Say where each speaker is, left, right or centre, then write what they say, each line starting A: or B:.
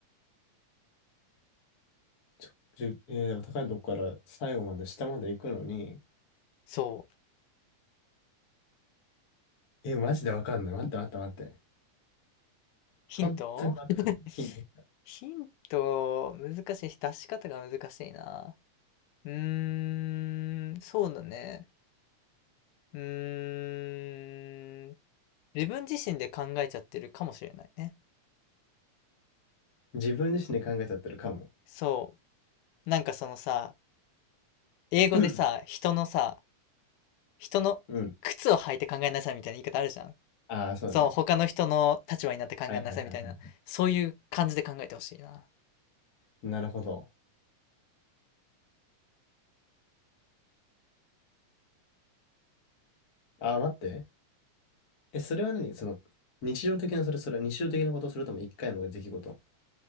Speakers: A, on the left; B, on the left.
A: ちょ、じゅ、えーだから高いとこから最後まで下まで行くのに、
B: そう。
A: え、マジでわかんない。待って待って待って。
B: ヒント
A: 本当にわかんない。
B: <laughs>
A: ヒントヒント
B: ヒント、難しいし、出し方が難しいな。うーん、そうだね。うーん、自分自身で考えちゃってるかもしれないね。
A: 自分自身で考えちゃってるかも。
B: そう。なんかそのさ、英語でさ、
A: <coughs>
B: 人のさ、人の靴を履いて考えなさいみたいな言い方あるじゃん。
A: <clears throat> うん。ああ、そうね。
B: そう、他の人の立場になって考えなさいみたいな、
A: はいはいはいはい。
B: そういう感じで考えてほしいな。
A: うん。なるほど。ああ、待って。え、それは何その、日常的な、それ、それは日常的なことをするとも一回の出来事。